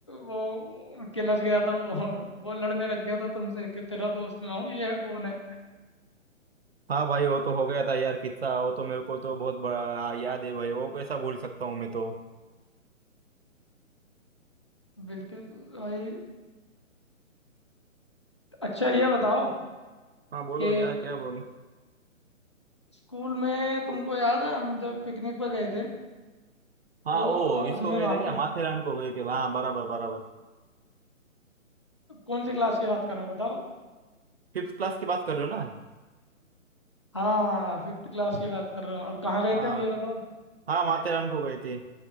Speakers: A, on the left; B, on the right.
A: वो किलस गया था वो वो लड़ने लग गया था तुमसे कि तेरा दोस्त मैं हूँ ये है कौन है
B: हाँ भाई वो तो हो गया था यार किस्सा वो तो मेरे को तो बहुत बड़ा याद है भाई वो कैसा भूल सकता हूँ मैं तो
A: बिल्कुल भाई अच्छा ये बताओ
B: हाँ बोलो
A: कि
B: यार क्या बोलूं
A: स्कूल में तुमको याद है हम जब पिकनिक पे गए थे
B: हाँ
A: तो
B: ओ इसको
A: उसमें
B: गए
A: वहाँ
B: थे क्या
A: पे
B: माथेरान को गए थे हाँ बराबर बराबर
A: कौन सी क्लास की बात कर रहा हूँ बताओ
B: फिफ्थ क्लास की बात कर रहे हो ना
A: हाँ फिफ्थ क्लास की बात कर रहा हूँ और कहाँ गए
B: हाँ
A: थे हम ये बताओ
B: हाँ माथेरान को गए थे